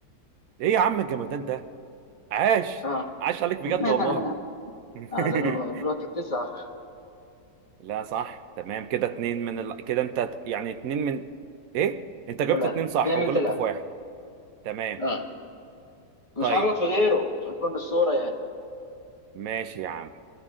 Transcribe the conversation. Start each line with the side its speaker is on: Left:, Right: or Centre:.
Right: ايه يا عم الجمدان ده عاش
Left: اه
Right: عاش عليك بجد
Left: <laughs>
Right: والله <laughs>
Left: اه لانه بالوقت التسعة
Right: لا صح تمام كده اتنين من ال... كده انت ت- يعني اتنين من ايه انت جبت
Left: ثلاثة
Right: اتنين صح
Left: هي
Right: وغلطت
Left: من ثلاثة
Right: في واحد تمام
Left: اه مش
Right: طيب
Left: هغلط في غيره عشان تكون بالصورة يعني
Right: ماشي يا عم